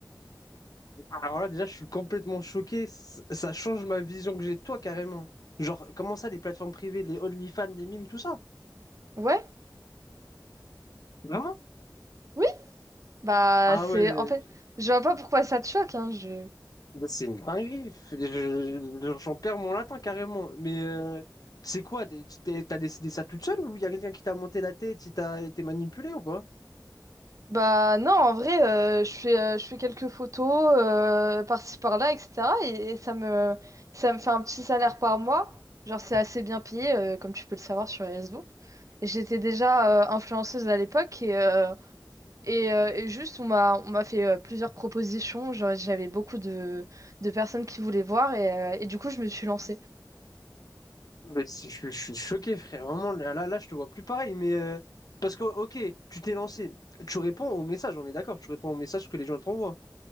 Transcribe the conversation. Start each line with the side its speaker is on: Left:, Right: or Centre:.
Left: Alors là, déjà, je suis complètement choqué. C- Ça change ma vision que j'ai de toi carrément. Genre, comment ça, les plateformes privées, les OnlyFans, les mimes, tout ça?
Right: Ouais?
Left: Vraiment?
Right: Oui? Bah
Left: Ah
Right: c'est
Left: ouais, euh,
Right: en fait, je vois pas pourquoi ça te choque, hein, je...
Left: bah, c'est une dinguerie. F- je- J'en perds mon latin carrément. Mais euh, c'est quoi? t'es- tu t'es- T'as décidé ça toute seule ou il y a quelqu'un qui t'a monté la tête, qui t'a été manipulé ou pas?
Right: Bah non, en vrai, euh, je fais, euh, je fais quelques photos euh, par-ci par-là, etc. Et, et ça me, ça me fait un petit salaire par mois. Genre, c'est assez bien payé, euh, comme tu peux le savoir sur les réseaux. Et J'étais déjà euh, influenceuse à l'époque et, euh, et, euh, et juste, on m'a, on m'a fait euh, plusieurs propositions. Genre, j'avais beaucoup de, de personnes qui voulaient voir et, euh, et du coup, je me suis lancée.
Left: Mais si, je, je suis choqué, frère. Vraiment, là, là, là, je te vois plus pareil. Mais euh, parce que, ok, tu t'es lancé. Tu réponds aux messages, on est d'accord. Tu réponds aux messages que les gens t'envoient.